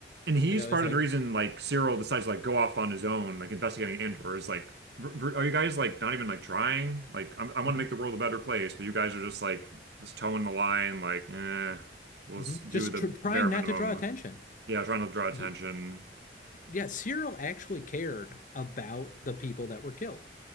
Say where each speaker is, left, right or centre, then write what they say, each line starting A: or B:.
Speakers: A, on the right; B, on the left.
A: And he's
B: And I was
A: part
B: like,
A: of the reason like Cyril decides to like go off on his own, like investigating Andor. Is like, "V- v- are you guys like not even like trying? Like, I'm, I
B: mhm.
A: want to make the world a better place, but you guys are just like just toeing the line. Like, eh, we'll
B: hmm
A: s- do
B: Just
A: the
B: tr trying
A: bare
B: not
A: minimum.
B: to draw attention.
A: Yeah, trying to draw attention.
B: He, yeah, Cyril actually cared about the people that were killed.